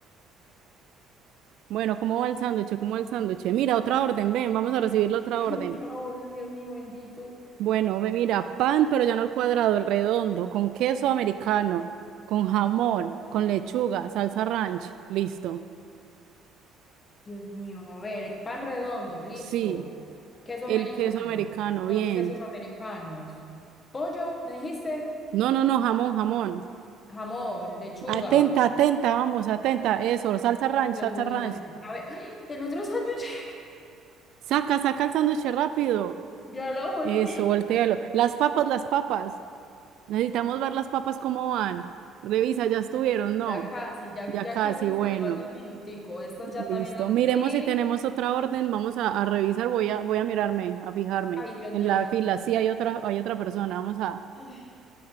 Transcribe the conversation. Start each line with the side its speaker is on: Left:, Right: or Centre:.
Right: Bueno, ¿cómo va el sándwich? ¿Cómo va el sándwich? Mira, otra orden, ven, vamos a recibir la otra
Left: Ay,
Right: orden.
Left: otra orden, Dios mío, bendito.
Right: Bueno, ve, mira, pan, pero ya no el cuadrado, el redondo, con queso americano, con jamón, con lechuga, salsa ranch, listo.
Left: Dios mío, a ver, pan redondo, listo.
Right: Sí,
Left: Queso
Right: el
Left: americano,
Right: queso americano,
Left: dos
Right: bien.
Left: quesos americanos. Pollo, ¿me dijiste?
Right: No, no, no, jamón, jamón.
Left: Jamón, lechuga.
Right: Atenta, atenta, vamos, atenta, eso, salsa ranch,
Left: Dios
Right: salsa
Left: mío,
Right: ranch.
Left: ben- a ver, ¡ay! el otro sándwich. <laughs>
Right: Saca, saca el sándwich rápido.
Left: Ya lo volteé.
Right: Eso, voltéalo. Las papas, las papas. Necesitamos ver las papas cómo van. Revisa, ya estuvieron, ¿no?
Left: Ya casi, ya,
Right: Ya
Left: ya
Right: casi,
Left: casi
Right: bueno,
Left: se le falta un minutico. Estas ya
Right: listo.
Left: también las
Right: Miremos
Left: metí.
Right: si tenemos otra orden. Vamos a, a revisar, voy a, voy a mirarme, a fijarme.
Left: Ay, Dios
Right: En
Left: mío,
Right: la
Left: bendito.
Right: fila, sí, hay otra, hay otra persona. Vamos a.
Left: Ay,